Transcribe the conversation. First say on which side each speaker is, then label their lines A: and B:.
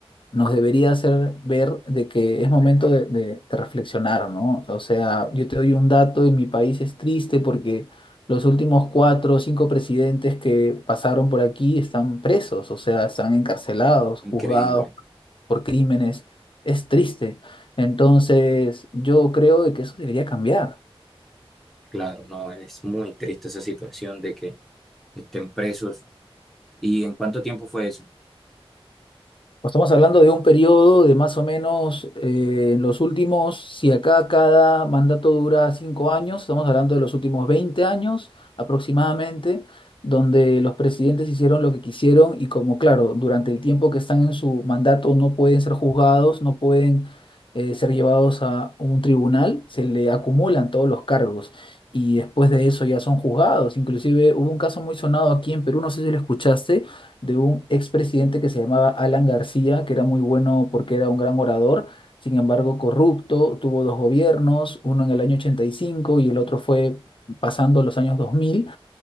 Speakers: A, on the left; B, in the centre.
A: nos debería hacer ver de que es momento de, de- de reflexionar, ¿no? O sea, yo te doy un dato y mi país es triste porque los últimos cuatro o cinco presidentes que pasaron por aquí están presos, o sea, están encarcelados, juzgados
B: Increíble.
A: por crímenes. Es triste. Entonces, yo creo de que eso debería cambiar.
B: Claro, no, es muy triste esa situación de que estén presos. ¿Y en cuánto tiempo fue eso?
A: Pues Estamos hablando de un periodo de más o menos eh, en los últimos, si acá cada mandato dura cinco años, estamos hablando de los últimos 20 años aproximadamente, donde los presidentes hicieron lo que quisieron y como claro, durante el tiempo que están en su mandato no pueden ser juzgados, no pueden eh, ser llevados a un tribunal, se le acumulan todos los cargos y después de eso ya son juzgados. Inclusive hubo un caso muy sonado aquí en Perú, no sé si lo escuchaste de un expresidente que se llamaba Alan García, que era muy bueno porque era un gran orador, sin embargo corrupto, tuvo dos gobiernos, uno en el año 85 y cinco y el otro fue pasando los años 2000,